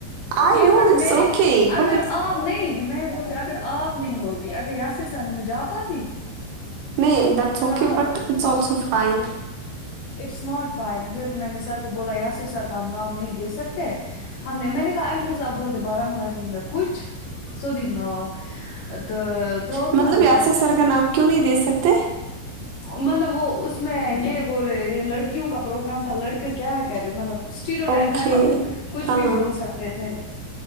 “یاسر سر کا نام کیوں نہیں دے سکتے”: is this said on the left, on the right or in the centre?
Right